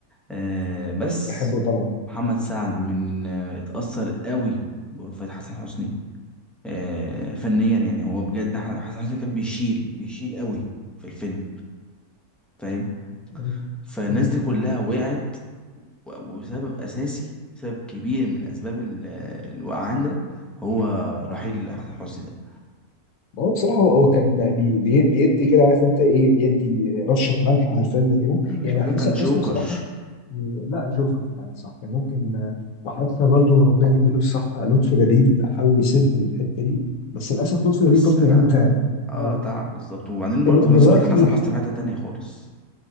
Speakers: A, in the centre; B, on the left.
A: آه، بس
B: بحبه طبعا
A: محمد سعد من آه، اتأثر قوي بوفاة حسن حسني آه، فنيا يعني هو بجد ح- حسن حسني كان بيشيل بيشيل قوي في الفيلم فاهم
B: مم.
A: فالناس
B: مم.
A: دي كلها وقعت و- وسبب أساسي سبب كبير من أسباب ال- الوقعان ده هو رحيل حسن حسني ده
B: هو بصراحة هو هو كان بي بي- بيدي كده عارف انت ايه بيدي رشة ملح على الفيلم كده
A: أنا مش
B: يعني
A: ده
B: حسن
A: كان جوكر
B: حسني بصراحة لا جوكر يعني صح كان ممكن آه، وحتى برضو ربنا يديله الصحة لطفي لبيب حاول يسد الحتة دي بس للأسف لطفي
A: بس
B: لبيب برضو
A: لا
B: يعني تعب
A: اه
B: آه،
A: تعب بالظبط وبعدين برضه
B: دلو-
A: في نفس
B: دلوقتي
A: الوقت حسن
B: بيح...
A: حسني في حتة تانية خالص